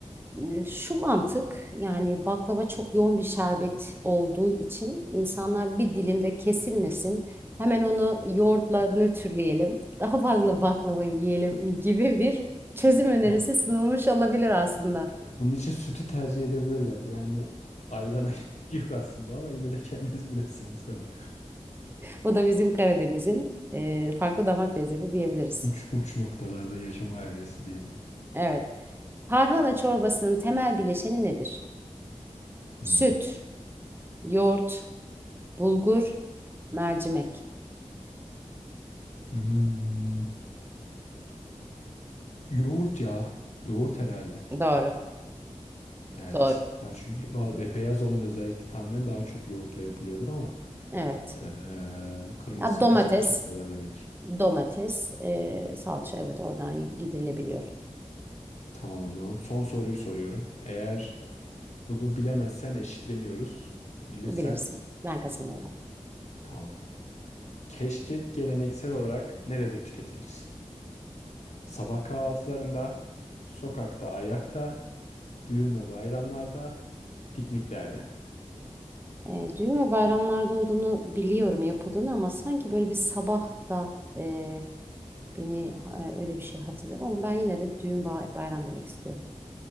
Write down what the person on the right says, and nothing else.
e, Şu mantık yani baklava çok yoğun bir şerbet olduğu için insanlar bir dilimde kesilmesin. Hemen onu yoğurtla nötrleyelim. Daha fazla baklava yiyelim gibi bir çözüm önerisi
sunulmuş olabilir aslında.
O da bizim Karadeniz'in e, farklı damak lezzeti diyebiliriz.
Evet. Tarhana çorbasının temel bileşeni nedir?
Süt, yoğurt, bulgur, mercimek.
Doğru.
Doğru.
Evet.
Ya domates.
domates, e, salça evet oradan gidilebiliyor.
Bilirsin. Ben kazanıyorum.
E, düğün ve bayramlarda olduğunu biliyorum yapıldığını ama sanki böyle bir sabah da e, beni e, öyle bir şey hatırlıyorum ama ben yine de düğün bay- bayram demek istiyorum.